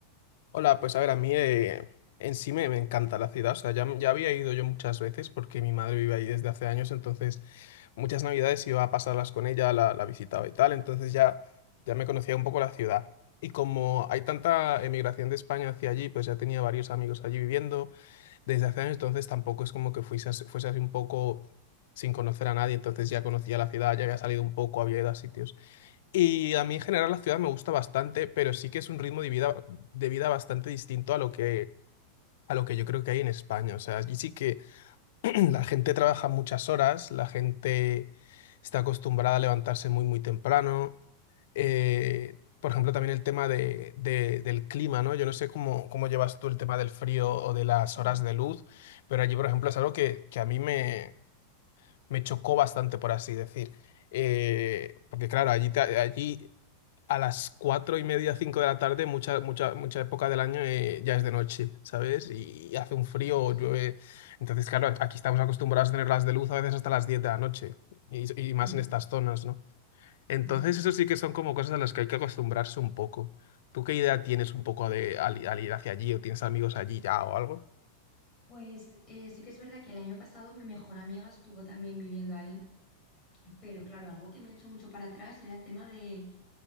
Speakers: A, on the left; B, on the left.
A: Hola, pues a ver, a mí eh, en sí me, me encanta la ciudad, o sea, ya, ya había ido yo muchas veces porque mi madre vive ahí desde hace años, entonces muchas navidades iba a pasarlas con ella, la, la visitaba y tal, entonces ya, ya me conocía un poco la ciudad. Y como hay tanta emigración de España hacia allí, pues ya tenía varios amigos allí viviendo desde hace años, entonces tampoco es como que fuese, as- fuese así un poco sin conocer a nadie, entonces ya conocía la ciudad, ya había salido un poco, había ido a sitios. Y a mí en general la ciudad me gusta bastante, pero sí que es un ritmo de vida, de vida bastante distinto a lo que, a lo que yo creo que hay en España. O sea, allí sí que <clears throat> la gente trabaja muchas horas, la gente está acostumbrada a levantarse muy, muy temprano. Eh, por ejemplo, también el tema de, de- del clima, ¿no? Yo no sé cómo, cómo llevas tú el tema del frío o de las
B: Mm,
A: horas de luz, pero allí, por ejemplo, es algo que, que a mí me, me chocó bastante, por así decir. Eh, porque claro, allí, te- allí a las cuatro y media, cinco de la tarde, mucha, mucha, mucha época del año eh, ya es de noche, ¿sabes? Y, hace un
B: Ostras,
A: frío o llueve. Entonces, claro, aquí estamos acostumbrados a tener las de luz a veces hasta las 10 de la noche y, y más
B: Mm,
A: en estas zonas, ¿no? Entonces,
B: ya.
A: eso sí que son como cosas a las que hay que acostumbrarse un poco. ¿Tú qué idea tienes un poco de al, i- al ir hacia allí o tienes amigos allí ya o algo?
B: Pues eh, sí que es verdad que el año pasado mi mejor amiga estuvo también viviendo ahí, pero claro, algo que me echó mucho para atrás era el tema de,